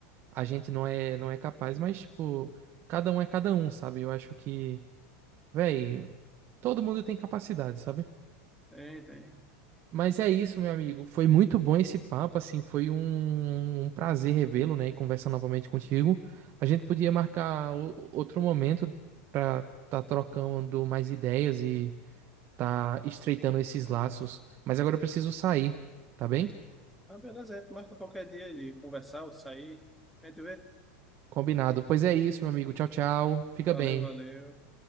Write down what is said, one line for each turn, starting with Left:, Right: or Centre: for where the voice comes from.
Right: a gente não é, não é capaz, mas tipo, cada um é cada um, sabe? Eu acho que, véi, todo mundo tem capacidade, sabe?
Centre: Tem, tem.
Right: Mas é isso, meu amigo. Foi muito bom esse papo, assim, foi um, um prazer revê-lo, né, e conversar novamente contigo. A gente podia marcar o- outro momento para tá trocando mais ideias e tá estreitando esses laços. Mas agora eu preciso sair, tá bem?
Centre: Ah, beleza, a gente marca qualquer dia de conversar ou sair. A gente vê.
Right: Combinado. Pois é isso, meu amigo. Tchau, tchau. Fica
Centre: Valeu,
Right: bem.
Centre: valeu.